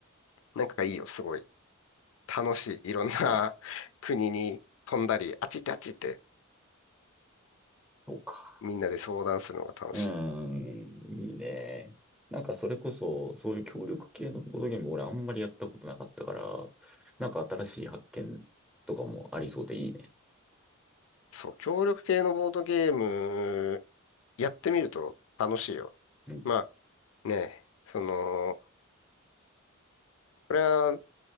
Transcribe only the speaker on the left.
なんかいいよ、すごい。楽しい。いろんな
<laughs> 国に飛んだり、あっち行ってあっち行って
みんなで相談するのが楽しい。
そう、協力系のボードゲーム、やってみると楽しいよ。
まあね、その、これは